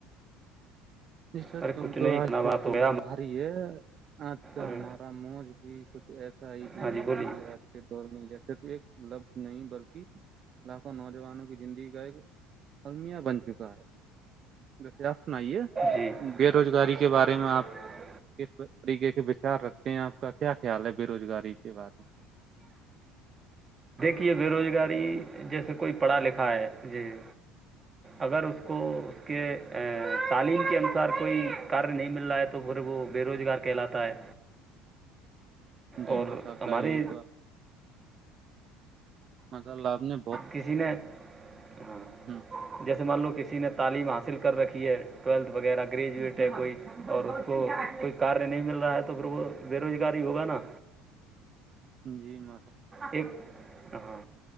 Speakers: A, on the right; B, on the right.
A: ج سچ
B: ارے
A: کہوں
B: کچھ
A: تو
B: نہیں
A: آج
B: کھانا
A: دل
B: بات
A: تھوڑا
B: ہو گیا
A: بھاری ہے آج کا
B: ارے
A: ہمارا موج بھی کچھ ایسا ہی بے
B: ہاں
A: روزگاری
B: جی بولیے
A: آج کے دور میں صرف ایک لفظ نہیں بلکہ لاکھوں نوجوانوں کی زندگی کا ایک المیہ بن چکا س دسے آپ سناائیے
B: جی
A: بے روزگاری کے بارے میں آپ کس طریقے کے خل رکھتے ہیں آپ کا کیا خیال ہے بے روزگاری کی بات ہے
B: یہ بے روزگاری جیسے کوئی پڑھا لکھا ہے جی اگر اس کو اس کے تعلیم کے انسار کوئی کاریہ نہیں مل رہا ہے تو پھر وہ بے روزگار کہلاتا ہے
A: میں جی
B: اور
A: ماشاء اللہ
B: ہماری
A: یہ تو ما لابھ نہیں
B: کسی نے ہاں
A: ہ
B: جیسے مان لو کسی نے تعلیم حاصل کر رکھی ہے ٹویلھ وغیرہ گریجویٹ ہے کوئی اور اس کوئی کار نہیں مل رہا ہے تو پھر وہ بے روزگاری ہوگا نا
A: جی م
B: ایک ہاں